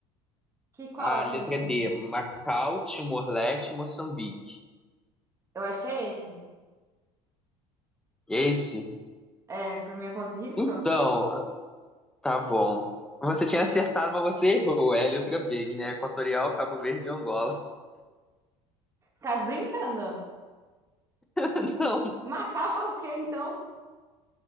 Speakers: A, on the right; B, in the centre.
A: Que, qual
B: A
A: é que
B: letra
A: tem Moçambique?
B: D, Macau, Timor-Leste, e Moçambique.
A: Eu acho que é esse.
B: Esse?
A: É, por minha conta e risco?
B: Então, Tá bom. Você tinha acertado, mas você errou. É a letra B, Guiné Equatorial, Cabo Verde e Angola.
A: Tá brincando?
B: <laughs> Não,
A: Macau fala o quê, então?